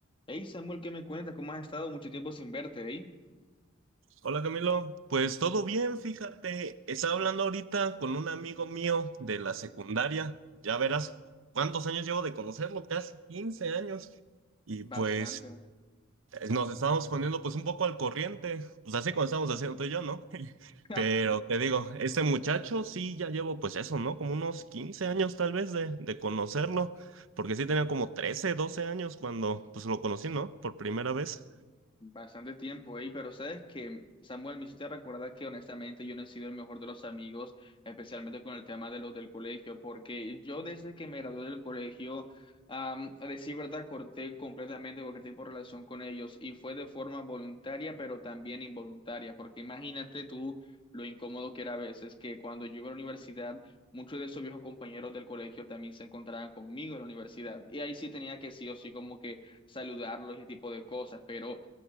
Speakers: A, on the left; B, on the right.
A: Hey Samuel, ¿qué me cuentas? ¿Cómo has estado? Mucho tiempo sin verte, ¿eh?
B: Hola Camilo, pues todo bien, fíjate, estaba hablando ahorita con un amigo mío de la secundaria, ya verás cuántos años llevo de conocerlo, casi 15 años, y
A: Bastante.
B: pues eh, nos estábamos poniendo pues un poco al corriente, pues así como estábamos haciendo tú y yo, ¿no? <laughs>
A: <laughs>
B: Pero te digo, este muchacho sí ya llevo pues eso, ¿no? Como unos 15 años tal vez de, de conocerlo, porque sí tenía como 13, 12 años cuando pues lo conocí, ¿no? Por primera vez.
A: Bastante tiempo, ey, pero sabes que, Samuel, me hiciste recordar que honestamente yo no he sido el mejor de los amigos, especialmente con el tema de los del colegio, porque yo desde que me gradué del colegio, am, a decir verdad, corté completamente cualquier tipo de relación con ellos y fue de forma voluntaria, pero también involuntaria, porque imagínate tú lo incómodo que era a veces que cuando yo iba a la universidad, muchos de esos viejos compañeros del colegio también se encontraban conmigo en la universidad y ahí sí tenía que sí o sí como que saludarlos y ese tipo de cosas, pero...